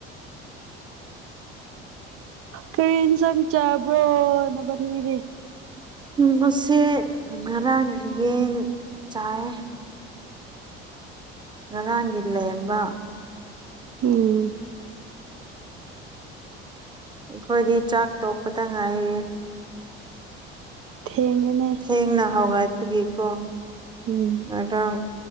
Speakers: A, on the right; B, on the right.
A: ꯀꯔꯤ ꯏꯟꯁꯥꯡ ꯆꯥꯕ꯭ꯔꯣ ꯅꯕꯅꯤꯗꯤ
B: ꯉꯁꯤ ꯉꯔꯥꯡꯒꯤ ꯌꯦꯟ ꯆꯥꯑꯦ ꯉꯔꯥꯡꯒꯤ ꯂꯩꯔꯝꯕ
A: ꯎꯝ
B: ꯑꯩꯈꯣꯏꯗꯤ ꯆꯥꯛ ꯇꯣꯛꯄꯇ ꯉꯥꯏꯔꯤ
A: ꯊꯦꯡꯉꯦꯅꯦ
B: ꯊꯦꯡꯅ ꯍꯧꯒꯠꯄꯒꯤꯀꯣ
A: ꯎꯝ
B: ꯉꯔꯥꯡ